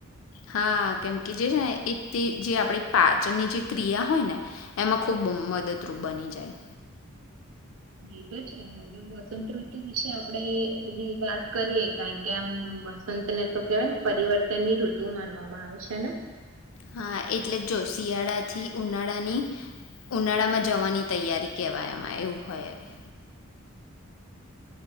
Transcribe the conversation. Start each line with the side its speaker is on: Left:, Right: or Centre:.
Left: હા કેમકે જે છે ને એ તે જે આપડી પાચનની જે ક્રિયા હોય ને એમાં ખૂબ મદદરૂપ બની જાય
Right: એ તો છે હવે વસંત ઋતુ વિશે આપણેે વાત કરીએ કારણ કે આમ વસંતને તો કેવાય ને પરિવર્તન ની ઋતુ માનવામાં આવે છે ને
Left: હા એટલે જ જો શિયાળાથી ઉનાળાની ઉનાળામાં જવાની તૈયારી કેહેવાય એમાં એવું હોય હવે